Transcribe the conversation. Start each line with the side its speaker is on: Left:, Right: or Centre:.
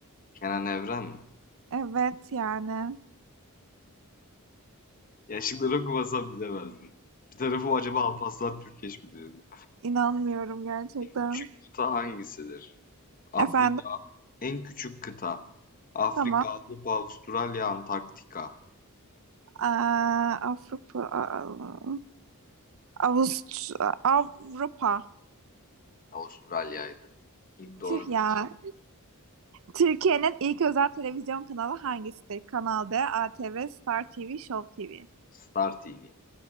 Left: Kenan Evren mi?
Right: Evet yani
Left: Ya şıkları okumasam bilemezdim. Bir tarafı acaba Alparslan Türkeş mi diyordu?
Right: İnanmıyorum gerçekten.
Left: Küçük kıta hangisidir? Afrika.
Right: Efendim
Left: En küçük kıta. Afrika,
Right: tamam.
Left: Avrupa, Avustralya, Antarktika.
Right: Aa, Avrupa aa, Avust- Avrupa.
Left: Avustralya'ydı. İlk doğru
Right: Tüh ya.
Left: diyeceğim.
Right: Türkiye'nin ilk özel televizyon kanalı hangisidir? Kanal D, ATV, Star TV, Show TV.
Left: Star TV.